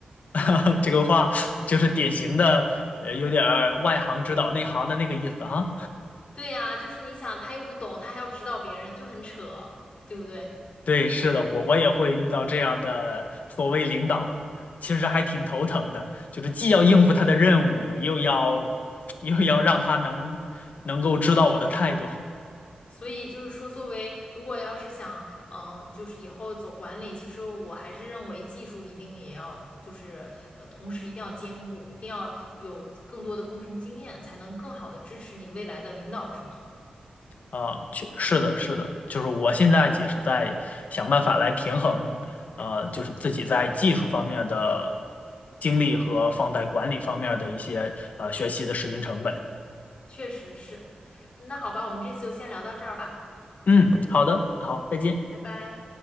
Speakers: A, on the left (about 70°); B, on the left (about 45°).
A: <laughs> 这个话就是典型的，呃，有点儿外行指导内行的那个意思哈。
B: 对呀，就是你想，他又不懂，他还要指导别人，就很扯，对不对？
A: 对，是的，我我也会遇到这样的所谓领导，其实还挺头疼的，就是既要应付他的任务，又要又要让他能能够知道我的态度。
B: 所以就是说，作为如果要是想，呃，就是以后走管理，其实我还是认为技术一定也要，就是呃，同时一定要兼顾，一定要有更多的工程经验，才能更好的支持你未来的领导职能。
A: 啊，确是的，是的，就是我现在也是在想办法来平衡，呃，就是自己在技术方面的精力和放在管理方面的一些呃学习的时间成本。
B: 确实是，那好吧，我们这次就先聊到这儿吧，
A: 嗯，好的，好，再见。
B: 拜拜。